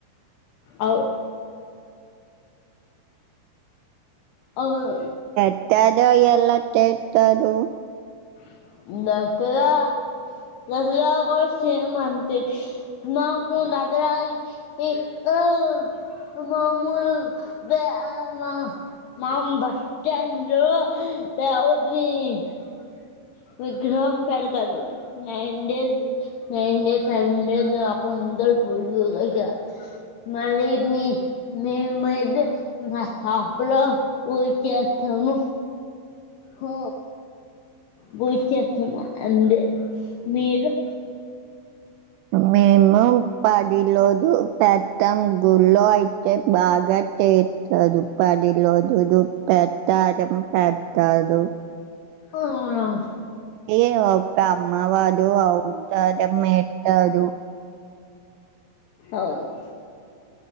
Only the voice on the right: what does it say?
<unintelligible> ఎలా చేర్తారు.
మేము పదిలోదు పెద్దాం గుళ్ళో అయితే బాగా చేచదు పదిలోదులు ప్రస్తాదం పెట్టారు.
ఏవొ క అమ్మ వాడు అవుతాదం ఎత్తదు.